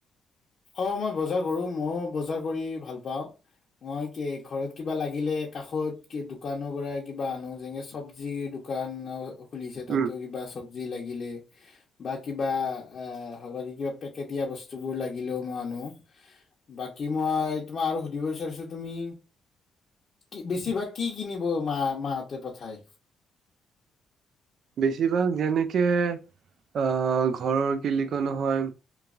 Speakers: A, on the left; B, on the right.
A: অঁ মই বজাৰ কৰোঁ ময়ো বজাৰ কৰি ভাল পাওঁ মই ঘৰত কিবা লাগিলে কাষত দোকানৰ পৰা কিবা আনো যেনেকৈ চব্জিৰ দোকান খুলিছে
B: উম,
A: তাতেও কিবা চব যি লাগিলে বা কিবা আ আ হালধীয়া পেকেটীয়া বস্তু বস্তুবোৰ লাগিলেও মই আনো বাকী মই তোমাক আৰু সুধিব বিচাৰিছো তুমি কি বেছিভাগ কি কিনিব মা মাহতে পঠাই
B: বেছিভাগ যেনেকে আহ ঘৰৰ কি বুলি কয় নহয়